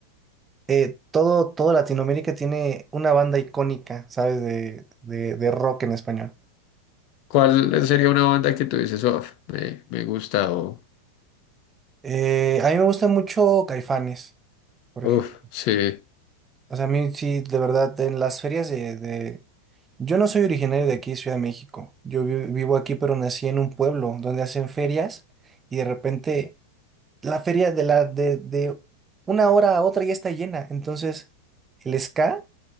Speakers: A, on the right; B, on the left.
A: eh, todo, todo Latinoamérica tiene una banda icónica, ¿sabes? De, de, de rock en español.
B: ¿Cuál sería una banda que tú dices, "Uf, me, me gusta o,
A: Eh, a mí me gusta mucho Caifanes, por
B: uff,
A: ejemplo.
B: sí,
A: O sea, a mí sí, de verdad, en las ferias de... de- Yo no soy originario de aquí, Ciudad de México. Yo vi- vivo aquí, pero nací en un pueblo donde hacen ferias y de repente... la feria de la de, de una hora a otra ya está llena. Entonces, el ska